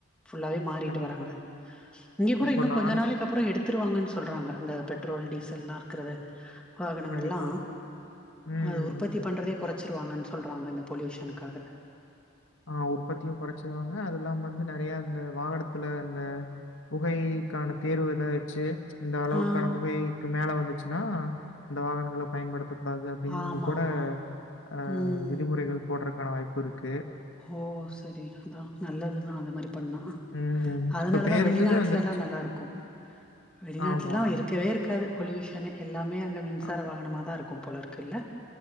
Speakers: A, in the centre; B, on the left.
A: ஃபுல்லாவே மாறிட்டு
B: கண்டிப்பா.
A: வராங்க இங்க கூட
B: இப்போ
A: இன்னு கொஞ்ச நாளைக்கு
B: ச
A: அப்றோ எடுத்துருவாங்கன் சொல்றாங்க அந்த பெட்ரோல் டீசல் எல்லா இருக்கிறது வாகனங்க
B: கண்டிப்பா.
A: எல்லா
B: ம்.
A: அது உற்பத்தி பண்றதே கொற ச்சிருவாங்கன்னு சொல்றாங்க இந்த பொல்யூஷனுக்காக
B: ஆ உற்பத்தியு கொறச்சிருவாங்க அதில்லாம வந்து நெறயா அந்த வாகனத்துல அந்த புகைக்கான தேர்வு எதா வெச்சு இந்த அளவுக்கான
A: ஆ
B: புகைக்கு மேல வந்து சுனா இந்த வாகனங்கள பயன்படுத்த கூடாது அப்டின்னு
A: ஆமா
B: கூட
A: ஆமா
B: அ
A: ம்
B: விதிமுறைகள் போடறக்கான வாய்ப்பு இருக்கு
A: ஓ செரி அதா நல்லதுதா அந்த மாரி பண்ணா
B: ம்.
A: அதனாலதா
B: இப்ப பேருந்துமே
A: வெளிநாட்டுல
B: வந்துருச்சு.
A: எல்லா நல்லா இருக்கு வெளிநாட்ல
B: ஆமா.
A: எல்லா இருக்கவே இருக்காது பொல்யூஷனே எல்லாமே அங்க மின்சார
B: அ
A: வங்கனமாகதா இருக்கும் போலருக்கு இல்ல